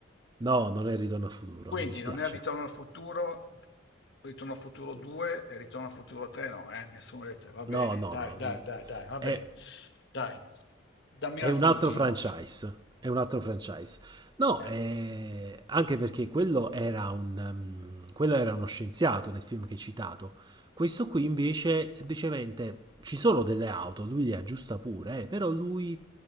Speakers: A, on the right; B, on the left.
A: No, non è il ritorno al futuro,
B: Quindi
A: mi dispiace.
B: non è Ritorno al futuro, Ritorno al futuro 2 e Ritorno al futuro 3, no, eh? Nessuno lettera. Va bene,
A: No, no,
B: dai,
A: no.
B: dai,
A: mm,
B: dai, dai, va bene.
A: È
B: Dai, dammi
A: È
B: un altro
A: un altro
B: aiutino.
A: franchise. È un altro franchise. No,
B: Eh.
A: eh, anche perché quello era, un, um, quello era uno scienziato nel film che hai citato. Questo qui invece semplicemente ci sono delle auto, lui le aggiusta pure, eh, però lui